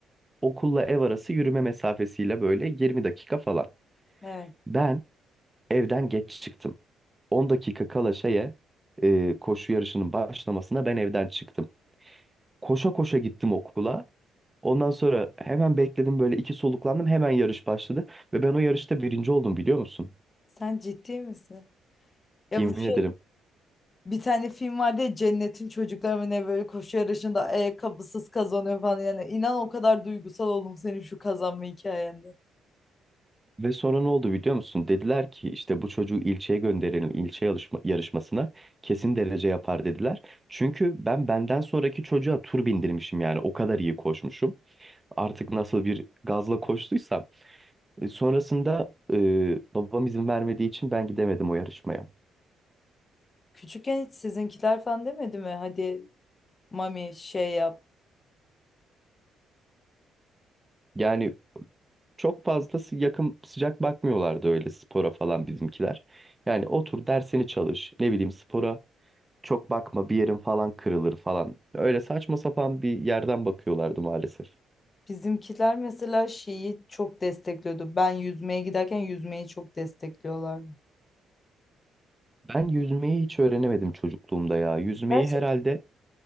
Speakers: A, on the right (about 15°); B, on the left (about 30°).
A: okulla ev arası yürüme mesafesiyle böyle 20 dakika falan.
B: Evet.
A: Ben evden geç çıktım. 10 dakika kala şeye e, koşu yarışının başlamasına ben evden çıktım. Koşa koşa gittim okula. Ondan sonra hemen bekledim böyle iki soluklandım hemen yarış başladı. Ve ben o yarışta birinci oldum biliyor musun?
B: Sen ciddi misin? Ya
A: Yemin
B: bu şey
A: ederim.
B: Bir tane film vardı ya Cennet'in çocukları mı ne böyle koşu yarışında ayakkabısız kazanıyor falan yani inan o kadar duygusal oldum senin şu kazanma hikayende.
A: Ve sonra ne oldu biliyor musun? Dediler ki işte bu çocuğu ilçeye gönderelim ilçe yarışma, yarışmasına kesin derece yapar dediler. Çünkü ben benden sonraki çocuğa tur bindirmişim yani o kadar iyi koşmuşum. Artık nasıl bir gazla koştuysam E, Sonrasında e, babam izin vermediği için ben gidemedim o yarışmaya.
B: Küçükken hiç sizinkiler falan demedi mi? Hadi mami şey yap.
A: Yani çok fazla sı- yakın sıcak bakmıyorlardı öyle spora falan bizimkiler. Yani otur dersini çalış ne bileyim spora çok bakma bir yerin falan kırılır falan. Öyle saçma sapan bir yerden bakıyorlardı maalesef.
B: Bizimkiler mesela şeyi çok destekliyordu. Ben yüzmeye giderken yüzmeyi çok destekliyorlardı.
A: Ben yüzmeyi hiç öğrenemedim çocukluğumda ya. Yüzmeyi
B: Gerçekten.
A: herhalde